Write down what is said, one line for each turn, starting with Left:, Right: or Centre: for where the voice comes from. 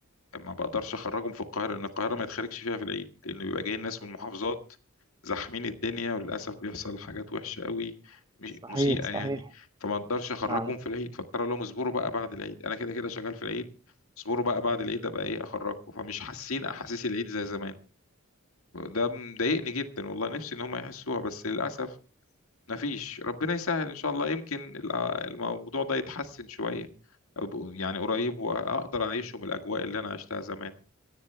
Left: ما بقدرش اخرجهم في القاهره لان القاهره ما يتخرجش فيها في العيد لان بيبقى جاي الناس من محافظات زاحمين الدنيا وللاسف بيحصل حاجات وحشه قوي مش-
Right: صحيح
Left: مسيئه
Right: صحيح
Left: يعني فما اقدرش اخرجهم
Right: نعم
Left: في العيد فاضطر أقول لهم اصبروا بقى بعد العيد انا كده كده شغال في العيد اصبروا بقى بعد العيد ابقى ايه اخرجكم فمش حاسين احاسيس العيد زي زمان ده مضايقني جدا والله نفسي ان هم يحسوها بس للاسف مفيش ربنا يسهل ان شاء الله يمكن ال- الموضوع ده يتحسن شويه أبقوا- يعني قريب واقدر اعيشهم الاجواء اللي انا عشتها زمان